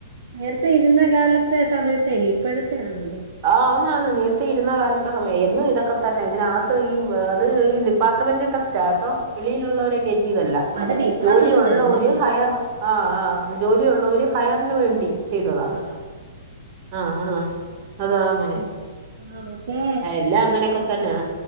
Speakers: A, on the right; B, on the right.
A: നേരത്തെ ഇരുന്ന കാലത്തെ സമയത്തേല്ല ഇപ്പോഴ ത്തെ ആണോ അത്
B: ആഹ് ആന്നാന്ന് നേരത്തെ ഇരുന്ന കാലത്തെ സമയ എന്നും ഇതൊക്കെ തന്നെ ഇതിനകത്ത് ഈ അത് ഈ ഡിപ്പാർട്ട്മെന്റ് ടെസ്റ്റാ കേട്ടോ വെളിയിലുള്ളവരെ കേറ്റിയതല്ല
A: ഓ ഡി അത് ഡിപ്പാർട്ട്മെന്റ്
B: ജോലിയുള്ള
A: ആയിരുന്നല്ലേ
B: ഒരു ഹയർ ആ ആ ജോലിയുള്ളൊരു ഹ ഹയറിന് വേണ്ടി ചെയ്തതാ
A: ആ ആ
B: ആ ആ അതാ അങ്ങനെ
A: ആ ആ, മറ്റേ
B: എല്ലാം അങ്ങനെയൊക്കെ തന്നാ